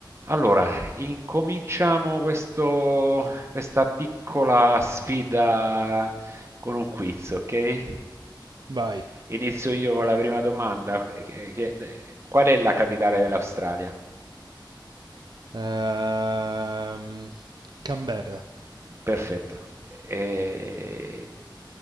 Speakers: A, on the right (about 35°); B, on the right (about 60°).
A: Allora, incominciamo questo- questa piccola sfida con un quiz, ok?
B: Vai.
A: Inizio io con la prima domanda. che- che- qual è la capitale dell'Australia?
B: Ehm, Canberra.
A: Perfetto. E-